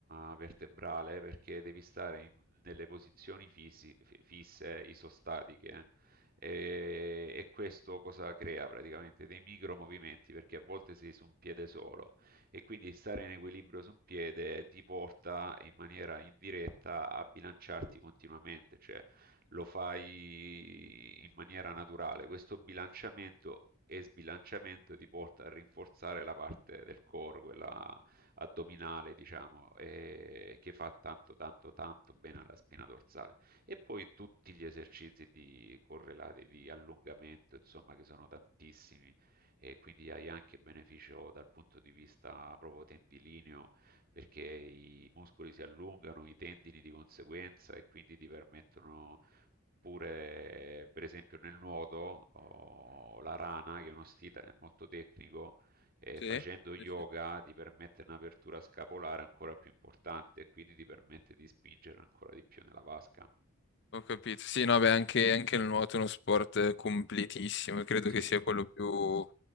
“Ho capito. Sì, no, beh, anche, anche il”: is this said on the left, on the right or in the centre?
Left